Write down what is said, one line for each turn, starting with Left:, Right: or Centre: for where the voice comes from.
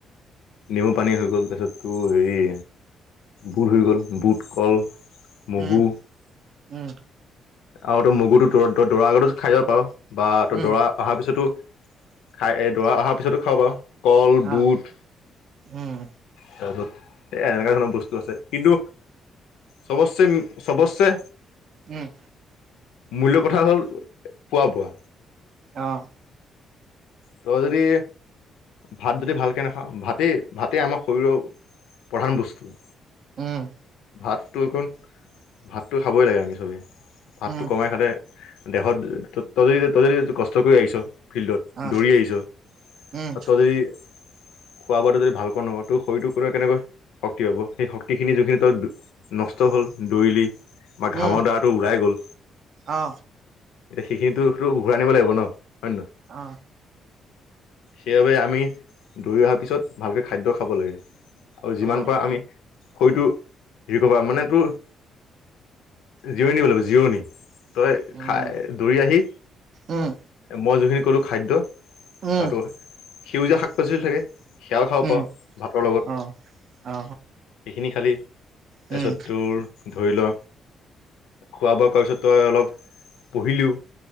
Left: নেমু পানী হৈ গ'ল তাৰপিছত তোৰ হেৰি বুৰ হৈ গ'ল বুট কল মগু
Right: উম উম
Left: আৰু তই মগুটো দ দৌৰা আগতো খাই যাব পাৰো বা তই
Right: উম
Left: দৰা অহাৰ পিছতো খাই এই দৰা অহাৰ পিছতো খাওঁ বাৰু কল
Right: অ
Left: বুট
Right: উম
Left: তাৰছত এ এনেকুৱা ধৰণৰ বস্তু আছে কিন্তু চবশে উ চব্চে
Right: উম
Left: মূল্য কথা হ'ল খোৱা বোৱা
Right: আহ
Left: তই যদি ভাত যদি ভালকে নাখাওঁ ভাতেই ভাতেই আমাৰ শৰীৰৰ প্ৰধান বস্তু
Right: অহ
Left: ভাতটো অকণ ভাতটো খাবই লাগে আমি চবেই ভাতটো
Right: উম
Left: কমাই খালে দেহত তদদি তদদি কষ্ট কৰি আহিছ ফিল্ডত
Right: অ
Left: দৌৰি আহিছ
Right: উম
Left: আৰু তই যদি খোৱা বোৱাটো যদি ভালকৈ নহয় তোৰ শৰীৰটোৰ কেনেকৈ শক্তি হব সেই শক্তিখিনি যিখিনি ত নষ্ট হ'ল দৌৰিলি বা ঘামৰ
Right: উম
Left: দাৰটো ওলাই গ'ল
Right: অ
Left: এতিয়া সেইখিনিতোটো ঘূৰাইনিব লাগিব ন হয় নে নহয়
Right: অ
Left: সেইবাবে আমি দৌৰি অহাৰ পিছত ভালকে খাদ্য খাব লাগে আৰু যিমান
Right: অ
Left: পাৰ আমি। শৰীৰটো ৰিকভাৰ মানে তোৰ জিৰণি লবি জিৰণি তই
Right: উম
Left: খাই দৌৰি আহি
Right: উম
Left: মই যোনখিনি কলো খাদ্য
Right: উম
Left: বাতো সেউজীয়া শাক পাচলি থাকে সেৱও খাওঁ
Right: উম
Left: পাওঁ ভাতৰ লগত
Right: অ অ
Left: কিনি খালি তাৰপিছত
Right: উম
Left: তোৰ ধৰি ল খোৱা বোৱা কৰোৱাৰ পিছত তই অলপ বহিলিও